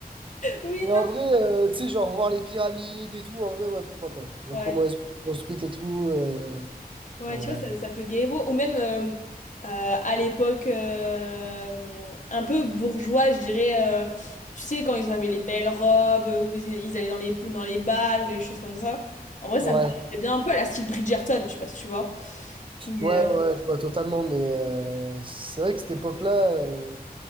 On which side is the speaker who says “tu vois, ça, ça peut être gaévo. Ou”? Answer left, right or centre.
Left